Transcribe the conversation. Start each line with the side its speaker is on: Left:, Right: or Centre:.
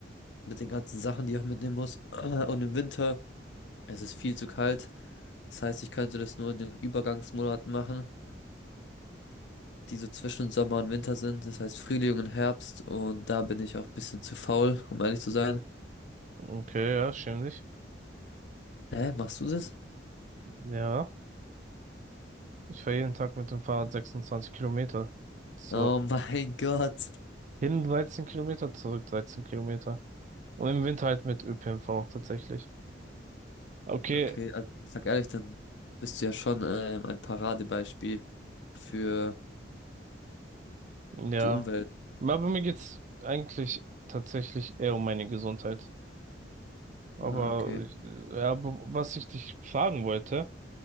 Left: mit den ganzen Sachen, die ich auch mitnehmen muss <clears throat> und im Winter ist es viel zu kalt, das heißt, ich könnte das nur in den Übergangsmonaten machen, die so zwischen Sommer und Winter sind, das heißt Frühling und Herbst und da bin ich auch ein bisschen zu faul, um ehrlich zu sein.
Right: okay, ja, schäm dich.
Left: Hä, machst du das?
Right: Ja, ich fahre jeden Tag mit dem Fahrrad 26 Kilometer. Zur
Left: Oh <laughs> mein Gott.
Right: hin 13 Kilometer, zurück 13 Kilometer. Und im Winter halt mit ÖPNV tatsächlich. Okay,
Left: Okay, also ich sag ehrlich, dann bist du ja schon ähm, ein Paradebeispiel für
Right: ja.
Left: die Umwelt.
Right: Aber mir geht's eigentlich tatsächlich eher um meine Gesundheit. Aber,
Left: Ah, Okay.
Right: äh, aber was ich dich fragen wollte,